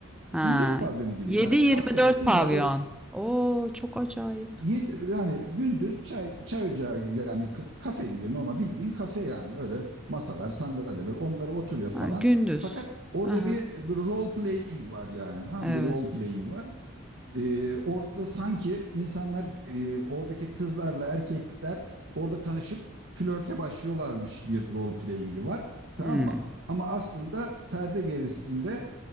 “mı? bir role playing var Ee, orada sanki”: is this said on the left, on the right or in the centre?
Right